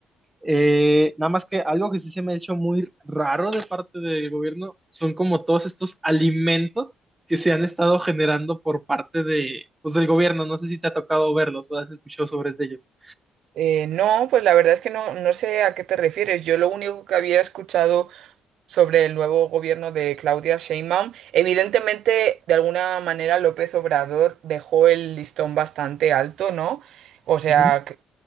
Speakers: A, on the right; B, on the right.
A: eh, nada más que algo que sí se me ha hecho muy raro de parte del gobierno son como todos estos alimentos que se han estado generando por parte de, pues, del gobierno. No sé si te ha tocado verlos o has escuchado sobre ellos.
B: Eh, no, pues la verdad es que no, no sé a qué te refieres. Yo lo único que había escuchado sobre el nuevo gobierno de Claudia Sheinbaum. Evidentemente, de alguna manera, López Obrador dejó el listón bastante alto, ¿no? O sea,
A: Ujú.
B: que-